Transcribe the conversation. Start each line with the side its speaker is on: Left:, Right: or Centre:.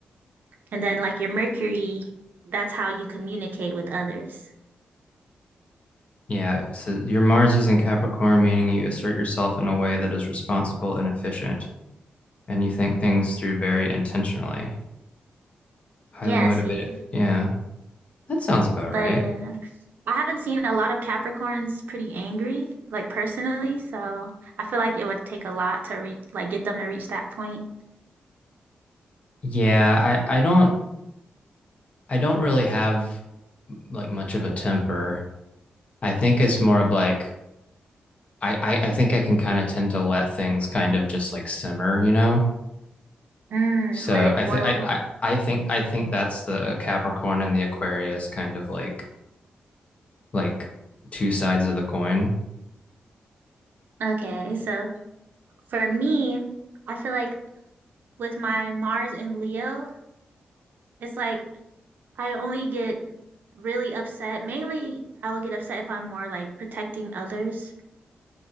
Right: And then like your Mercury, that's how you communicate with others.
Left: Yeah, so your Mars is in Capricorn, meaning you assert yourself in a way that is responsible and efficient, and you think things through very intentionally. Highly
Right: Yeah,
Left: motivated.
Right: see.
Left: Yeah. That sounds about
Right: But
Left: right.
Right: yeah. I haven't seen a lot of Capricorns pretty angry, like personally, so I feel like it would take a lot to re like get them to reach that point.
Left: Yeah, I I don't I don't really have like much of a temper. I think it's more of like I I, I think I can kind of tend to let things kind of just like simmer, you know.
Right: Mm,
Left: So
Right: let it
Left: I
Right: boil.
Left: think I I I think I think that's the Capricorn and the Aquarius kind of like like two sides of the coin.
Right: Okay, so for me, I feel like with my Mars and Leo, it's like I only get really upset. Mainly, I will get upset if I'm more like protecting others.